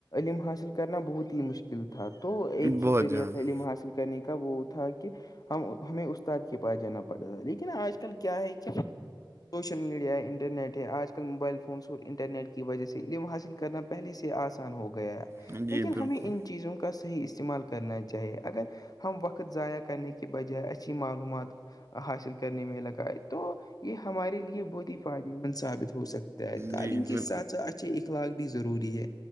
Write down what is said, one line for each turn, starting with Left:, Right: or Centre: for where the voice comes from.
Left: عم حاصل کرنا بہت ہی مشکل تھا تو ایک
Right: بہت
Left: ہی ذریعہ
Right: زیادہ
Left: تھا علم حاصل کرنے کا وہ تھا کہ ہم ہمیں استاد کے پاس جانا پڑتا تھا لیکن آج کل کیا ہے کہ سوشل میڈیا ہے انٹرنیٹ ہے آج کل موبائل فونس اور انٹرنیٹ کی وجہ سے علم حاصل کرنا پہلے سے آسان ہو گیا
Right: جی
Left: لیکن
Right: بالکل
Left: ہمیں ان چیزوں کا س ہی استعمال کرنا چاہیے اگر ہم وقت ضائع کرنے کے بجائے اچے اچ معلومات حاصل کرنے میں لگاائے تو یہ ہمارے لیے بہت ہی فائدے مند ثابت ہو سکتا ہے تعلیم
Right: جی
Left: کے
Right: بال
Left: ساتھ ساتھ اچھے اخلاق بھی ضروری ہے